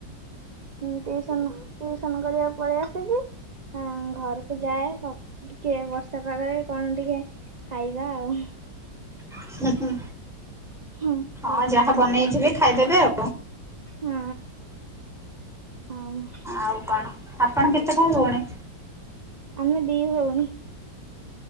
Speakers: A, on the right; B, in the centre.
A: ହୁଁ ଟିଉସନ ଟିଉସନ କରିବାକୁ ପଳେଇ ଆସିଛି ହଁ ଘରକୁ ଯାଏ କ ଟିକେ ବର୍ଷା ପାଗରେ କଣ ଟିକେ ଖାଇବା ଆଉ?
B: ଉଁ ହୁଁ
A: ହୁଁ କରିକି
B: ହଁ ଯାହା ବନେଇଥିବେ ଖାଇଦେବେ ଆଉ?
A: ହୁଁ ଆଉ।
B: ଆଉ କଣ ଆପଣ କେତେ ଭାଇ ଭଉଣୀ?
A: ଆମେ ଦି ଭଉଣୀ।